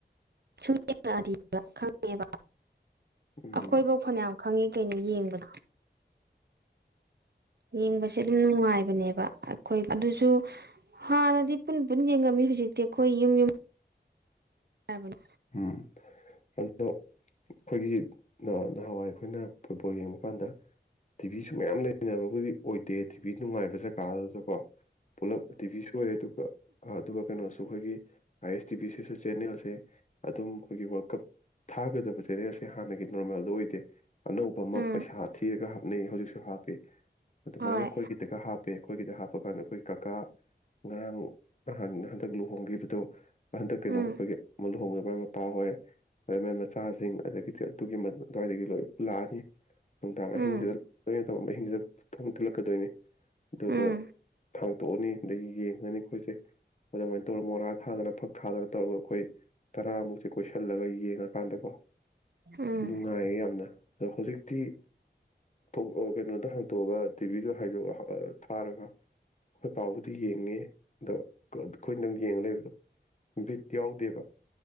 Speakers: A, on the right; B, on the left.
A: ꯁꯨꯝ ꯌꯦꯉꯛꯑꯗꯤꯕ ꯈꯪꯉꯦꯕ
B: ꯎꯝ
A: ꯑꯩꯈꯣꯏꯕꯧ ꯐꯅꯌꯥꯝ ꯈꯪꯉꯤ ꯀꯩꯅꯣ ꯌꯦꯡꯕꯗ ꯌꯦꯡꯕꯁꯦ ꯑꯗꯨꯝ ꯅꯨꯡꯉꯥꯏꯕꯅꯦꯕ ꯑꯩꯈꯣꯏ ꯑꯗꯨꯁꯨ ꯍꯥꯟꯅꯗꯤ ꯄꯨꯟ ꯄꯨꯟ ꯌꯦꯡꯉꯝꯃꯤ ꯍꯧꯖꯤꯛꯇꯤ ꯑꯩꯈꯣꯏ ꯌꯨꯝ ꯌꯨꯝ ꯀꯩ ꯍꯥꯏꯕꯅꯣ
B: ꯎꯝ ꯑꯗꯣ ꯑꯩꯈꯣꯏꯒꯤ ꯅꯍꯥꯟꯋꯥꯏ ꯑꯩꯈꯣꯏꯅ ꯐꯨꯠꯕꯣꯜ ꯌꯦꯡꯕ ꯍꯥꯏꯀꯥꯟꯗ ꯇꯤꯚꯤꯁꯨ ꯃꯌꯥꯝ ꯂꯩꯅꯕꯕꯨꯗꯤ ꯑꯣꯏꯗꯦ ꯇꯤꯚꯤ ꯅꯨꯡꯉꯥꯏꯕ ꯖꯒꯥ ꯑꯗꯨꯗꯀꯣ ꯄꯨꯂꯞ ꯇꯤꯚꯤ ꯁꯣꯏꯔꯦ ꯑꯗꯨꯒ ꯑꯗꯨꯒ ꯀꯩꯅꯣꯁꯨ ꯑꯩꯈꯣꯏꯒꯤ ꯑꯥꯏ ꯑꯦꯁ ꯇꯤ ꯚꯤ ꯁꯤꯁꯨ ꯆꯦꯅꯦꯜꯁꯦ ꯑꯗꯨꯝ ꯑꯩꯈꯣꯏꯒꯤ ꯋꯥꯔꯜ ꯀꯞ ꯊꯥꯒꯗꯕ ꯆꯦꯅꯦꯜꯁꯦ ꯍꯥꯟꯅꯒꯤ ꯅꯣꯔꯃꯦꯜꯗ ꯑꯣꯏꯗꯦ ꯑꯅꯧꯕ ꯑꯃ
A: ꯎꯝ
B: ꯄꯩꯁꯥ ꯊꯤꯔꯒ ꯍꯥꯞꯅꯩ ꯍꯧꯖꯤꯛꯁꯨ ꯍꯥꯞ ꯍꯥꯞꯄꯤ ꯑꯗꯨꯃꯥꯏꯅ
A: ꯍꯣꯏ
B: ꯑꯩꯈꯣꯏꯒꯤꯗꯒ ꯍꯥꯞꯄꯦ ꯑꯩꯈꯣꯏꯒꯤꯗ ꯍꯥꯞꯄ ꯀꯥꯟꯗ ꯑꯩꯈꯣꯏ ꯀꯥꯀꯥ ꯉꯔꯥꯡ ꯅꯍꯥꯟ ꯍꯟꯗꯛ ꯂꯨꯍꯣꯡꯈꯤꯕꯗꯣ ꯍꯟꯗꯛ ꯀꯩꯅꯣꯒꯤ
A: ꯎꯝ
B: ꯑꯩꯈꯣꯏꯒꯤ ꯑꯃ ꯂꯨꯍꯣꯡꯉꯛ ꯍꯣꯏ ꯃꯣꯏ ꯃꯣꯏ ꯃꯆꯥꯁꯤꯡ ꯑꯗꯒꯤꯗꯤ ꯑꯗꯨꯒꯤ ꯑꯗꯨꯋꯥꯏꯗꯒꯤ ꯂꯣꯏ ꯄꯨꯔ ꯂꯥꯛꯑꯅꯤ ꯅꯨꯡꯗꯥꯡ ꯑꯍꯤꯡꯁꯤꯗ
A: ꯎꯝ
B: ꯂ ꯇꯧ ꯑꯍꯤꯡꯁꯤꯗ ꯊꯣꯡ ꯊꯤꯜꯂꯛꯀꯗꯣꯏꯅꯤ ꯑꯗꯨꯒ
A: ꯎꯝ
B: ꯊꯥꯡ ꯇꯣꯛꯑꯅꯤ ꯑꯗꯒꯤ ꯌꯦꯡꯉꯅꯤ ꯑꯩꯈꯣꯏꯁꯦ ꯑꯗꯨꯃꯥꯏꯅ ꯇꯧꯔ ꯃꯣꯔꯥ ꯊꯥꯗꯅ ꯐꯛ ꯊꯥꯗꯅ ꯇꯧꯕ ꯑꯩꯈꯣꯏ ꯇꯔꯥꯃꯨꯛꯁꯦ ꯀꯣꯏꯁꯤꯜꯂꯒ ꯌꯦꯡꯉ ꯀꯥꯟꯗꯀꯣ
A: ꯎꯝ
B: ꯅꯨꯡꯉꯥꯏꯌꯦ ꯌꯥꯝꯅ ꯍꯧꯖꯤꯛꯇꯤ ꯊꯣ ꯀꯩꯅꯣꯗ ꯍꯥꯡꯇꯣꯛꯑꯒ ꯇꯤꯚꯤꯗꯣ ꯍꯥꯏꯗꯣ ꯑ ꯊꯥꯔꯒ ꯑꯩꯈꯣꯏ ꯄꯥꯕꯨꯗꯤ ꯌꯦꯡꯉꯦ ꯑꯗꯣ ꯑꯩꯈꯣꯏꯗꯪ ꯌꯦꯡ ꯂꯩꯕꯗꯣ ꯕꯤꯠ ꯌꯥꯎꯗꯦꯕ